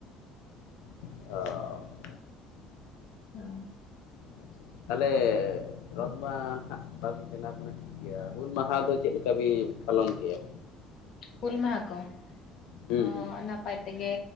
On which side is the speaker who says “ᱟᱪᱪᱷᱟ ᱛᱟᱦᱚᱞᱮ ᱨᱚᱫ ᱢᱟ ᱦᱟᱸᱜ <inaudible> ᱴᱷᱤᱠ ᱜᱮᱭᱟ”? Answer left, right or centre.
Left